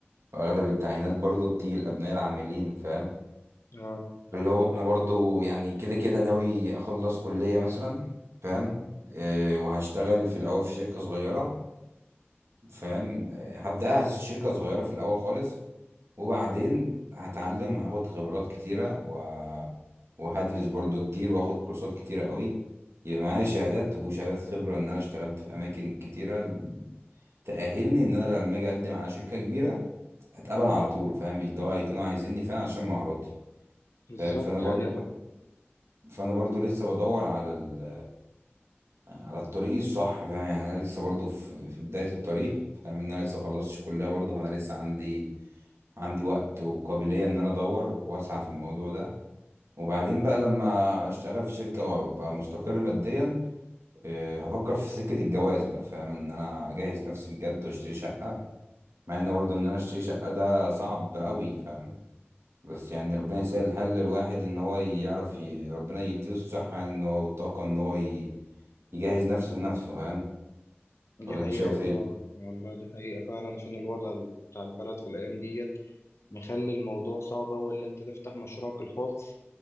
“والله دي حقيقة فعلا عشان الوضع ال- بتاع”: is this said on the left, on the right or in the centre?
Left